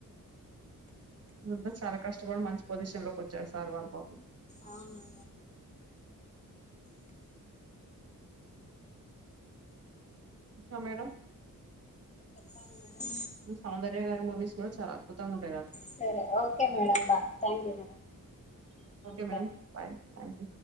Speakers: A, on the right; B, on the left.
A: అంతా చాలా కష్టపడి మంచి పొజిషన్ లోకి వచ్చారు సార్ వాళ్ళపా పం
B: అవును
A: క మేడం
B: చెప్పాల మేడం
A: సౌందర్య గారి మూవీస్ కూడా చాలా అద్భుతంగా ఉన్
B: సరే ఓకే మేడం బా thank you madam
A: okay madam bye thank you